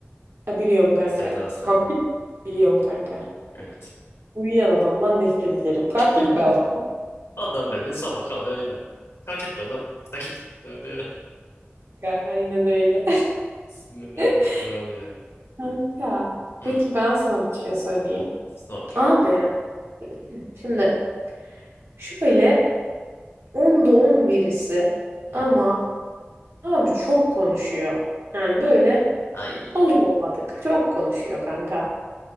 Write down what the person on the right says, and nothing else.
Ya biliyorum kanka.
Kalk git. Biliyorum kanka.
Uyuyan adamdan nefret ederim. Kalk
gitme adam.
Kanka, aynen öyle.
<laughs>
Kanka.
Peki ben sana bir şey sorayım.
Abi şimdi şöyle 10'da 10 birisi
ama abi çok konuşuyor. Yani böyle
olur olmadık. Çok konuşuyor kanka.